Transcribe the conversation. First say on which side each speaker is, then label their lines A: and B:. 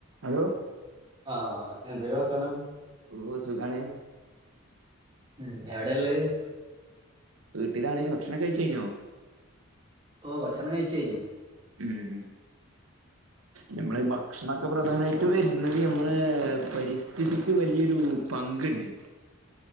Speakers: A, on the right; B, on the right.
A: Hello
B: ആഹ് എന്തൊക്കെ വർത്താനം
A: ഓഹ് സുഖാണ്
B: ഉം എവിടേള്ളെത്
A: വീട്ടിലാണെങ്കി ഭക്ഷണം കഴിച്ചയ്ഞ്ഞോ
B: ഓഹ് ഭക്ഷണം കയ്ച്ചയ്ഞ്ഞു
A: ഊം ഞമ്മെള് ഭക്ഷണാെക്കെ പ്രധാനായ് ട്ട് വെര്ന്നെത് ഞമ്മെളേ പരിസ്ഥിതിക്ക് വലിയൊരൂ പങ്ക്ണ്ട്